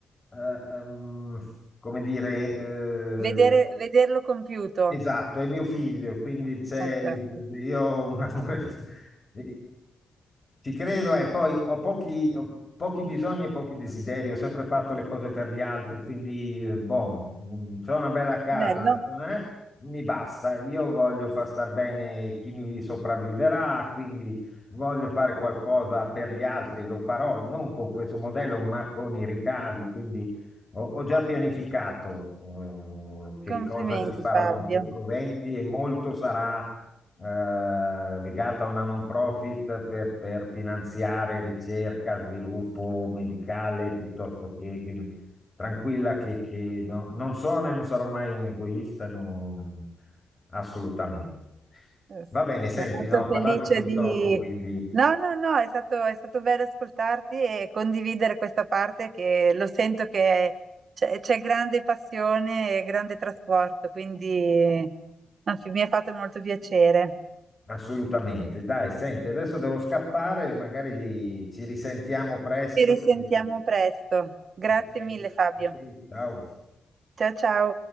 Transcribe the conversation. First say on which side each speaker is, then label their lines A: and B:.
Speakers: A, on the left (about 25°); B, on the right (about 50°).
A: eh, ehm, come dire, eh,
B: Vedere- vederlo compiuto.
A: Esatto, è mio figlio, quindi c'è,
B: Esatto.
A: io ho un amore, <laughs> ci credo e poi ho pochi, ho pochi bisogni e pochi desideri, ho sempre fatto le cose per gli altri, quindi eh, boh, mm, c'ho una bella casa,
B: Bello.
A: eh, mi basta, io voglio far star bene chi mi sopravviverà, quindi voglio fare qualcosa per gli altri, lo farò non con questo modello ma con i ricavi, quindi ho, ho già pianificato eh, che
B: Complimenti
A: cosa ci farò
B: Fabio.
A: con quei proventi e molto sarà eh, legato a una non profit per, per finanziare ricerca, sviluppo medicale piuttosto che quindi tranquilla che, che no- non sono e non sarò mai un egoista, no, assolutamente.
B: Eh
A: Va
B: sì,
A: bene, senti,
B: sono molto
A: no, ho
B: felice
A: parlato fin
B: di...
A: troppo, quindi
B: No, no, no, è stato, è stato bello ascoltarti e condividere questa parte che lo sento che c'è c'è grande passione e grande trasporto, quindi anzi, mi ha fatto molto piacere.
A: Assolutamente. Dai, senti, adesso devo scappare, magari ci risentiamo presto.
B: Ci risentiamo
A: e-
B: presto. Grazie
A: ok?
B: mille, Fabio.
A: Ok, Ciao.
B: Ciao, ciao.